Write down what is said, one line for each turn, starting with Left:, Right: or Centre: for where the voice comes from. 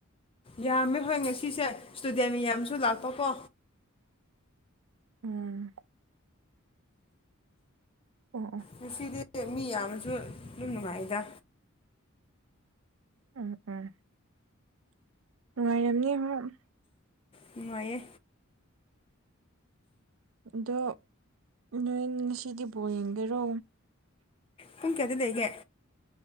Left: ꯌꯥꯝꯃꯦ ꯍꯣꯏ ꯉꯁꯤꯁꯦ ꯏꯁꯇꯨꯗꯦꯟ ꯃꯌꯥꯝꯁꯨ ꯂꯥꯛꯄꯀꯣ
Right: ꯎꯝ ꯑꯣ ꯑꯣ
Left: ꯉꯁꯤꯗꯤ ꯃꯤ ꯌꯥꯝꯅꯁꯨ ꯑꯗꯨꯝ ꯅꯨꯡꯉꯥꯏꯗ
Right: ꯎꯝ ꯎꯝ ꯅꯨꯡꯉꯥꯏꯔꯝꯅꯤ ꯍꯣꯏ
Left: ꯅꯨꯡꯉꯥꯏꯌꯦ
Right: ꯑꯗꯣ ꯅꯣꯏ ꯉꯁꯤꯗꯤ ꯕꯣꯔ ꯌꯦꯡꯒꯦꯔꯣ
Left: ꯄꯨꯡ ꯀꯌꯥꯗꯤ ꯂꯩꯒꯦ